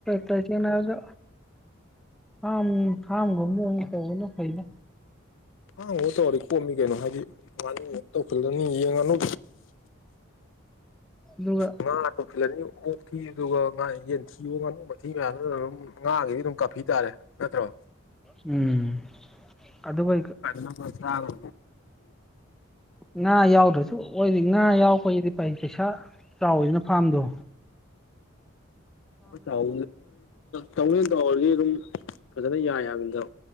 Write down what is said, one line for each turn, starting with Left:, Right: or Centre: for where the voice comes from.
Centre: ꯇ ꯁꯦꯡꯅ ꯍꯥꯏꯕꯗꯣ ꯑꯝ ꯀꯝꯒꯝꯕꯅ ꯐꯩꯂ
Left: ꯑꯪꯉ ꯇꯧꯔꯤ ꯀꯣꯝꯃꯤ ꯀꯩꯅꯣ ꯍꯥꯏꯗꯤ ꯃꯥꯅꯤ ꯇꯧꯁꯤꯜꯂꯅꯤ ꯌꯦꯡꯉꯅꯨ
Centre: ꯑꯗꯨꯒ
Left: ꯉꯥ ꯍꯥꯠꯇꯣ ꯐꯤꯂꯅꯤ ꯑꯣꯛ ꯊꯤ ꯑꯗꯨꯒ ꯉꯥ ꯌꯦꯟꯊꯤꯌꯣ ꯉꯥꯅꯨ ꯃꯊꯤ ꯃꯌꯥꯝꯗꯨꯗ ꯑꯗꯨꯝ ꯉꯥꯒꯤꯗꯤ ꯑꯗꯨꯝ ꯀꯥꯞꯄꯤ ꯇꯥꯔꯦ ꯅꯠꯇ꯭ꯔꯣ
Centre: ꯎꯝ ꯑꯗꯨꯕꯨ
Left: ꯅ ꯊ꯭ꯔꯗꯣ
Centre: ꯉꯥ ꯌꯥꯎꯗ꯭ꯔꯁꯨ ꯑꯣꯏꯗꯤ ꯉꯥ ꯌꯥꯎꯈꯣꯏꯗꯤ ꯄꯩ ꯄꯩꯁꯥ ꯆꯥꯎꯋꯤꯁꯤꯅ ꯐꯥꯔꯝꯗꯣ
Left: ꯆꯥꯎ ꯆꯗꯦꯟ ꯇꯥꯎꯔꯗꯤ ꯑꯗꯨꯝ ꯐꯖꯅ ꯌꯥ ꯌꯥꯕꯅꯤꯠꯇ